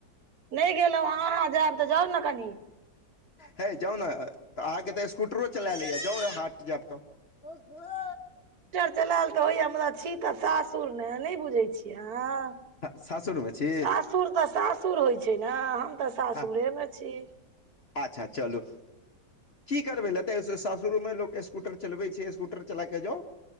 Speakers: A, on the right; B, on the left.
A: नहि गेलौ अहाँ जैब तऽ जाउ ने कनि
B: हए जाउ ने तऽ अहाँके तऽ स्कूटरो चलैल होए यै जाउ ओए हाट जैब तऽ ओ हो
A: चलैल तऽ होइया मुदा छी त सासु तुर में नहि बुझै छियै अहाँ
B: सासुरमे छी
A: सासुर तऽ सासुर होइ छै ने हम तऽ। सासुरेमे
B: हँ
A: छी
B: आच्छा चलू की करबै लेते सासुरो में लोक स्कूटर चलबे छै स्कूटर चला के जाउ।